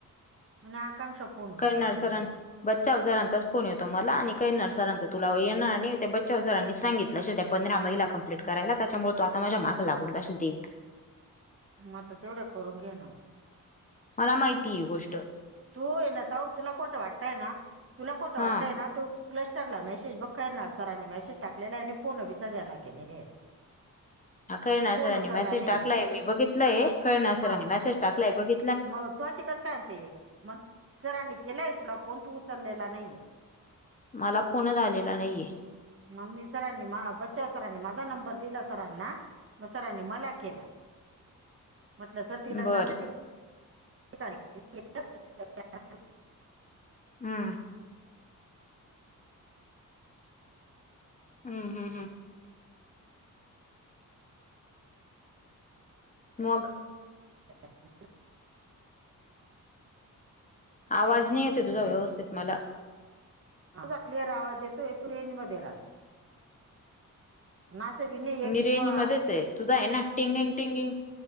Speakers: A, on the right; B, on the left.
A: म्हणे आकांक्षा फोन उचलत
B: खैरनार
A: नाही
B: सरांनी..
A: म्हणे
B: बच्छाव सरांचाच फोन येतो मला आणि खैरनार सरांचा तुला ये बच्छाव सरांनीच सांगितलं असेल त्या पंधरा महिला कंप्लीट करायला त्याच्यामुळे तो आता माझ्या मागं लागून जाशील ती..
A: मग आ तेवढ्या करून घे ना मग.
B: मला माहिती ही गोष्ट.
A: तू ये ना ताऊ तुला खोठं वाटतय ना तुला खोठं
B: हां.
A: वाटतंय ना तू क्लस्टरला मेसेज बघ खैरनार सरांनी मेसेज टाकलेला आहे. आणि फोन बी सगळ्यांना केलेले आहेत.
B: <inaudible> हा खैरनार
A: तू फोन
B: सरांनी
A: उचलला
B: मेसेज
A: नाहीये
B: टाकलाय मी बघितलंय खैरनार
A: मग
B: सरांनी मेसेज टाकलाय बघि
A: मग तू अशी कस सांगतीये मग सरांनी केलाय तुला फोन तू उचललेला नाहीये.
B: मला फोनच आलेला नाहीये.
A: मम्मी सरांनी मा बच्चाव सरांनी माझा नंबर दिला सरांना. सरांनी मला केला.
B: <inaudible>
A: म्हटलं सर ती लग्नाच्या
B: बरं
A: ठीक <unintelligible>
B: हा.
A: <inaudible>
B: हम्म हम् हम्. मग.
A: <unintelligible>
B: आवाज नाही येते तुझा व्यवस्थित मला.
A: तुझा क्लिअर आवाज येतो तू रेंज मध्ये राहा. मेसेज बी नाही. आहे
B: मी
A: की
B: रेंज
A: बा
B: मध्येच आहे. तुझा आहे ना. टिंगिंग, टिंगिंग,